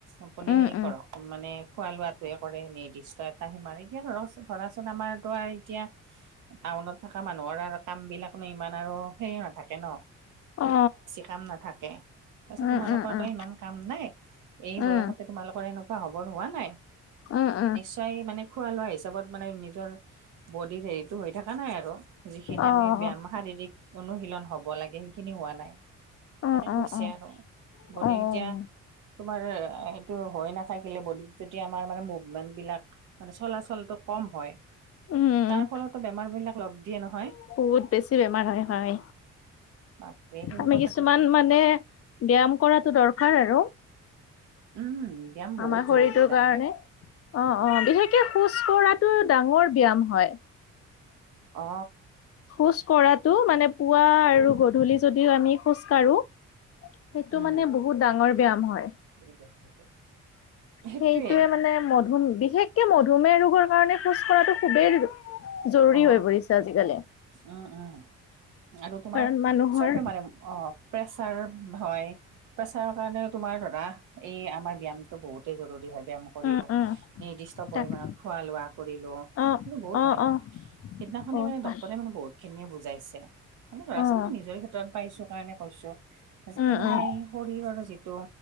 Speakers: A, on the right; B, on the left.
A: আপুনি
B: উম
A: সেয়ি
B: উম
A: কৰক মানে খোৱা লোৱাতোৱে কৰে নিৰ্দিষ্ট এটা সিমাৰেই ইয়াতে ৰ চোন ধৰাচোন আমাৰতোৱে এতিয়া টাউনত থকা মানুহৰ অৰাৰ কামবিলাকনো ইমান আৰু হেৰি নাথাকে ন।
B: অ।
A: কাম নাথাকে। পাছে
B: উম
A: তোমালোকৰ
B: উম উম
A: তই ইমান কাম নাই এই
B: উম
A: বয়সতে তোমালোকৰ এনেকুৱা হবৰ হোৱা নাই।
B: উম উম।
A: তই মানে খোৱা লোৱা হিচাপত মানে নিজৰ বডিৰ হেৰিটো হৈ থাকা নাই আৰু। যিখিনি
B: অ
A: আমি ব্যায়াম
B: অ
A: শাৰীৰিক অনুশীলন হব লাগে সেইখিনি হোৱা নাই।
B: অ
A: তাকে কৈছে
B: অ
A: আৰু বডিৰ
B: অ
A: এতিয়া তোমাৰ সেইটো হৈ নাথাকিলে বডিটো তেতিয়া আমাৰ মানে মুভমেন্ট বিলাক মানে চলাচলটো কম হয়।
B: উম,
A: তাৰ ফলতো বেমাৰবিলাক লগ দিয়ে নহয়।
B: বহুত বেছি বেমাৰ হয় হয়।
A: বাপৰে সেই
B: আমি
A: কথ
B: কিছুমান মানে ব্যায়াম কৰাটো দৰকাৰ আৰু।
A: উম ব্যায়াম বহুত
B: আমাৰ শৰীৰটোৰ
A: জৰুৰী জানানে
B: কাৰণে। অ অ বিশেষকে খোজ কঢ়াটো ডাঙৰ ব্যয়াম হয়।
A: অ।
B: খোজ কঢ়াটো মানে পুৱা আৰু গধূলি যদিও আমি খোজ কাঢ়ো সেইটো
A: উম
B: মানে বহুত ডাঙৰ ব্যায়াম হয়।
A: <unintelligible> সেইটোৱে
B: সেইটোয়ে মানে মধুম বিশেষকে মধুমেহ ৰোগৰ কাৰণে খোজ কৰাটো খুবেই জৰুৰী
A: অ
B: হৈ পৰিছে আজিকালি
A: উম উম আৰু তোমাৰ
B: কাৰণ মানুহৰ
A: চব বেমাৰে অ প্ৰেছাৰ হয় প্ৰেছাৰৰ কাৰণেও তোমাৰ ধৰা এই আমাৰ ব্যয়মটো বহুতেই জৰুৰী হয় ব্যয়াম কৰিলো
B: উম, উম,
A: নিৰ্দিষ্ট পৰিমমানণত
B: তাকে
A: খোৱা লোৱা কৰিলো
B: অ',
A: কিন্তু বহুত
B: অ',
A: ভাল
B: অ',
A: হয় সেইদিনাখনে
B: বহুত
A: মানে
B: ভাল
A: ডক্টৰে মানে বহুত খিনিয়ে বুজাইছে খোলো ধৰাচোন
B: অ',
A: চোন মই নিজৰ ক্ষেত্ৰত পাইছো কাৰণে কৈছো যিয়ে
B: উম,
A: মানে
B: উম।
A: শৰীৰৰ যিটো